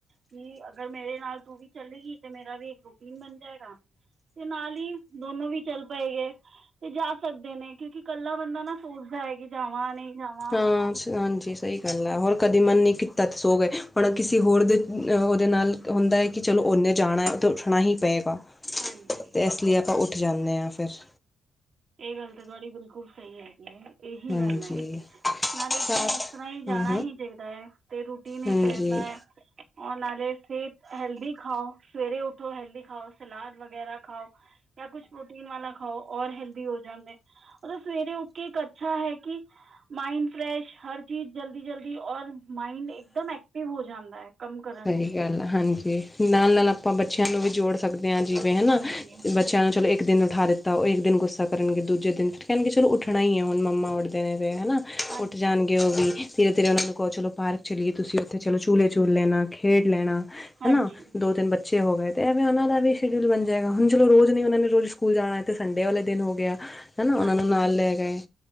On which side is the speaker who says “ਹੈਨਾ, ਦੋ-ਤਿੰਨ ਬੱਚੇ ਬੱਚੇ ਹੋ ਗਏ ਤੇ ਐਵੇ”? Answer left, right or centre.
Left